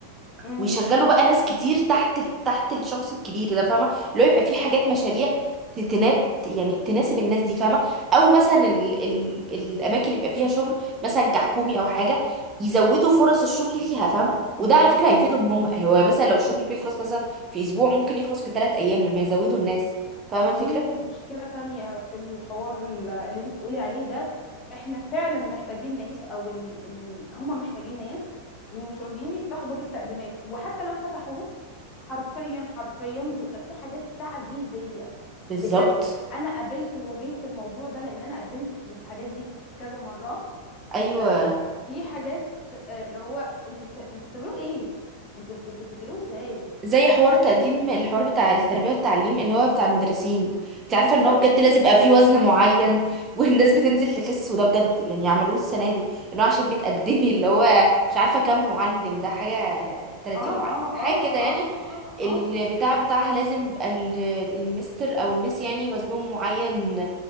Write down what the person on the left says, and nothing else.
مم.
دي مشكلة تانية في الحوار ال- اللي انت بتقولي عليه ده احنا فعلا محتاجين ناس او ال... ال... هم محتاجين ناس ومش راضيين يفتحوا باب التقديمات وحتى لو فتحوه حرفيا حرفيا بتبقى في حاجات تعجيزية
بجد انا قابلت وواجهت الموضوع ده لان انا قدمت في الحاجات دي كذا مرة
آه في حاجات آه اللي هو انتوا بت... انتوا بتعملوا ايه انتوا انتوا بتتكلموا ازاي
بالظبط
اه
اه
اه
اه اه
اه